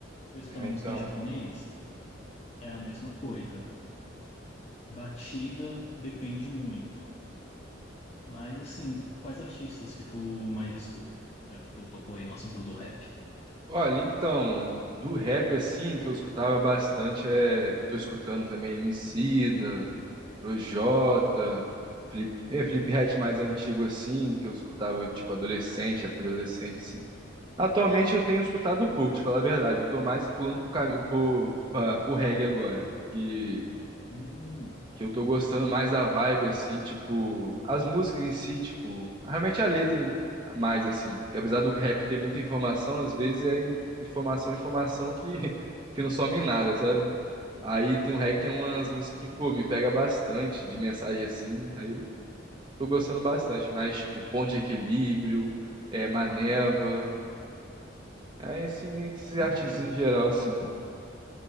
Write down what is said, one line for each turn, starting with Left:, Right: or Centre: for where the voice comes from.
Left: Estou escutando
Right: É, então.
Left: música em japonês, é a mesma coisa. Batida depende muito. Mas assim, quais artistas que tu mais escuta? Já que tu tocou aí no assunto do rap.
Right: Olha, então, do rap, assim, que eu escutava bastante, é que eu tô escutando também Emicida, Projota, Felipe, é, Felipe Ret mais antigo, assim, que eu escutava, tipo, adolescente, época de adolescente, assim. Atualmente eu tenho escutado pouco, te falar a verdade. Eu tô mais pulando pro caminho, pro, pra, pro reggae agora. Que
Left: Hum,
Right: que eu tô gostando mais da vibe, assim, tipo, as músicas em si, tipo, realmente a letra em- mais, assim. Que apesar do rap ter muita informação, às vezes é informação, informação que, <laughs> que não some em nada, sabe? Aí tem um rap que tem umas músicas que, pô, me pega bastante de mensagem assim, aí eu tô gostando bastante, mas, tipo, Ponto de Equilíbrio, é, Maneva, é, assim, esses
Left: caraca.
Right: artistas em geral, assim.